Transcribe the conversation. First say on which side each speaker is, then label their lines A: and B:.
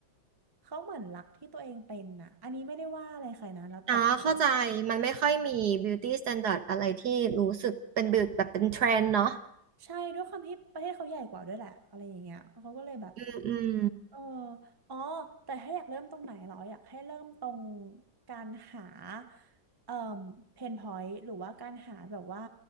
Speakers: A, on the right; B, on the right.
A: เขาเหมือนรักที่ตัวเองเป็นอ่ะอันนี้ไม่ได้ว่าอะไรใครนะแล้วแต่ความ
B: อ๋อเข้าใจมันไม่ค่อยมี beauty standard อะไรที่รู้สึกเป็นแบบแบบเป็นเทรนด์เนาะ
A: ใช่ด้วยความที่ประเทศเขาใหญ่กว่าด้วยแหละอะไรอย่างเงี้ยเขาก็เลยแบบ
B: อืมอืม
A: เอออ๋อแต่ถ้าอยากเริ่มตรงไหนเหรออยากให้เริ่มตรงการหาเอ่อเพนพอยต์หรือว่าการหาแบบว่า